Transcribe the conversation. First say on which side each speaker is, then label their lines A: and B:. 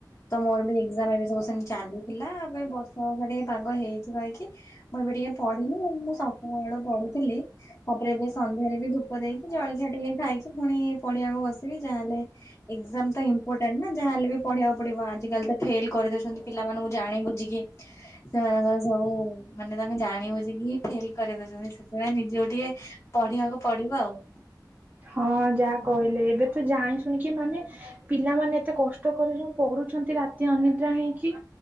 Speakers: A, on the left (about 35°); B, on the right (about 25°).
A: ତ ମୋର ବି ଏଜାମ ଏବେ ସବୁ ସାଙ୍ଗେ ଚାଲିୁଥିଲା ଆ ପାଇଁ ବର୍ଷା ବର୍ଷା ଟିକେ ପାଗ ହେଇଛି କହିକି। ମୁଁ ଏବେ ଟିକେ ପଢିନି ମୁଁ ସକା ବଳୁ ପଢୁଥିଲି ତାପରେ ଏବେ ସନ୍ଧ୍ୟାରେ ବି ଧୂପ ଦେଇକି ଜଳଖିଆ ଟିକେ ଖାଇକି ପୁଣି ପଡିଆକୁ ବସିବି। ଯାହାହେଲେ ଏକ୍ଜାମ ତ ଇମ୍ପୋର୍ଟାଣ୍ଟ ନା ଯାହାହ ହେଲେ ବି ପଢିବାକୁ ପଡିବ ଆଜିକାଲି ତ ଫେଲ କରିଦ ଦେଉଛନ୍ତି ପିଲାମାନଙ୍କୁ ଜାଣି ବୁଝିକି। ସେମାନଙ୍କର ସବୁ ମାନେ ତାଙ୍କୁେ ଜାଣିବୁଝ କି ହଁ ଫେଲ କରିଦଉଛନ୍ତି ସେଥିପାଇଁ ନିଜେ ଗ ଟିକେ ପଢିବାକୁ ପଡିବ ଆଉ
B: ହଁ ଯାହା କହିଲେ ଏବେ ତ ଜାଣି ଶୁଣିକି ମାନେ ପିଲାମାନୋନ ଏତେ କଷ୍ଟ କଷ୍ଟ କରି ଯୋଉ ପଢୁଛନ୍ତି ରାତି ଅନିଦ୍ରା ହେଇକି